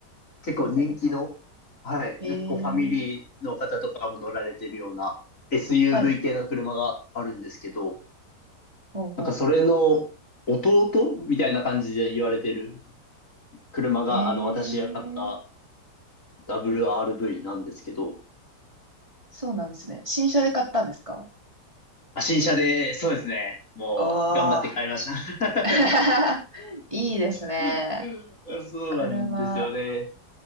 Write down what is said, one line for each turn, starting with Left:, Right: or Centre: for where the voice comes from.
Left: 結構人気の、
Right: デゼル。
Left: はい、
Right: えー、
Left: なんかこうファミリーの方とかも乗られてるような SUV
Right: はい、
Left: 系の車があるんですけど、
Right: ほうほ
Left: なんかそれの弟みたいな感じで言われてる車が、
Right: う。えー、
Left: あの、私が買った WRV なんですけど、
Right: そうなんですね。新車で買ったんですか
Left: あ、新車で、そうですね。もう、
Right: お
Left: 頑張って買いました。
Right: ー。<laughs> いいですね。
Left: <laughs> そうなんですよね。
Right: 車。